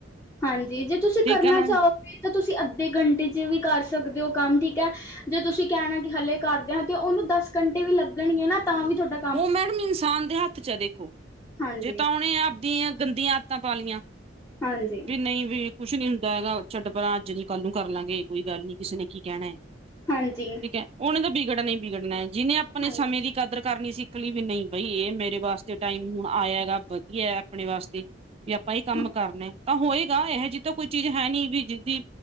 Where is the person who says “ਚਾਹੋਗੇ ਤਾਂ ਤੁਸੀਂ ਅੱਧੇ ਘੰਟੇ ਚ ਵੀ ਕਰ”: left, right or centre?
Left